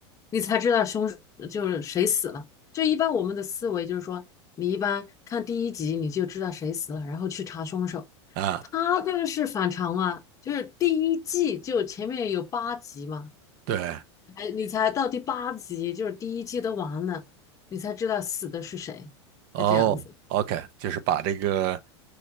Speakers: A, on the left; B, on the right.
A: 你才知道凶手就是谁死了。就一般我们的思维就是说，你一般看第一集你就知道谁死了，然后去查凶手。
B: 啊。
A: 他这个是反常啊，就是第一季就前面有八集嘛，
B: 对，
A: 哎，你才到第八集，就是第一季都完了，你才知道死的是谁，
B: 哦，OK，
A: 是这样子。
B: 就是把这个